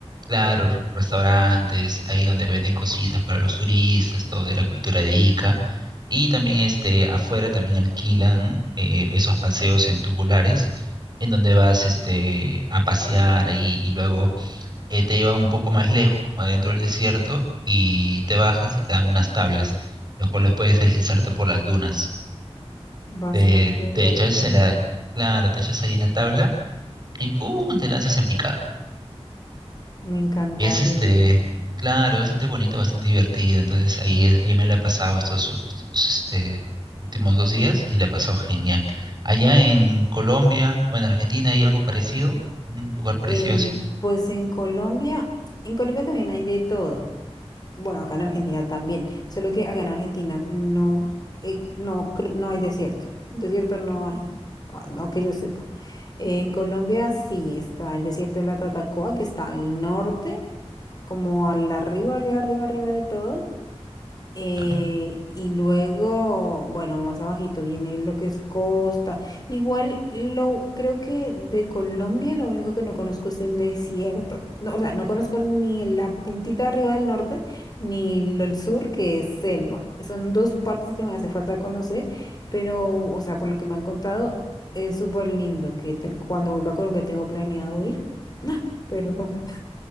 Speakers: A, on the right; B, on the left.
A: Claro, restaurantes, ahí donde venden cositas para los turistas, todo de la cultura de Ica. Y también este, afuera también alquilan eh, esos paseos en tubulares, en donde vas este, a pasear ahí y luego eh, te llevan un poco más lejos, como adentro del desierto, y te bajas y te dan unas tablas, los cuales puedes deslizarte por las dunas.
B: Bastante
A: Te,
B: divertido.
A: te echas en la, claro, te echas ahí en la tabla y ¡pum! te lanzas en picada.
B: Me encantaría.
A: Y es este, claro, bastante bonito, bastante divertido. Entonces ahí, es- ahí me la he pasado estos, u- estos este, últimos dos días y la he pasado genial. Allá en Colombia o en Argentina hay algo parecido, un lugar parecido
B: Eh,
A: así.
B: pues en Colombia, en Colombia también hay de todo. Bueno, acá en Argentina también, solo que acá en Argentina no, eh, no, cre- no hay desierto. Desierto no hay, ah, no que yo sepa. En Colombia sí está el desierto de la Tatacoa, que está al norte, como al arriba, arriba, arriba, arriba de todo. Eh,
A: ¿no?
B: y luego, bueno, más abajito viene lo que es costa. Igual lo creo que de Colombia lo único que no conozco es el desierto. No, o sea, no conozco ni la puntita arriba del norte ni lo del sur, que es selva. Son dos partes que me hace falta conocer, pero, o sea, por lo que me han contado, es súper lindo que te- cuando vuelva a Colombia tengo planeado ir. <gasps> <laughs> Perdón.